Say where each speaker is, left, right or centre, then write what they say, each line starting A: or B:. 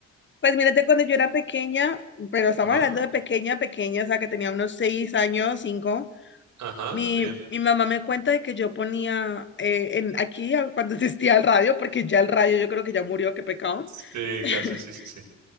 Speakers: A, on the left; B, on the right.
A: Pues mírate, cuando yo era pequeña, pero estamos
B: Ajá,
A: hablando de pequeña, pequeña, o sea, que tenía unos seis años, cinco,
B: ajá,
A: mi,
B: bien.
A: mi mamá me cuenta de que yo ponía eh, en, aquí a- cuando <laughs> existía el radio, porque ya el radio yo creo que ya murió, qué pecado,
B: Sí,
A: <laughs>
B: casi, sí, sí, sí.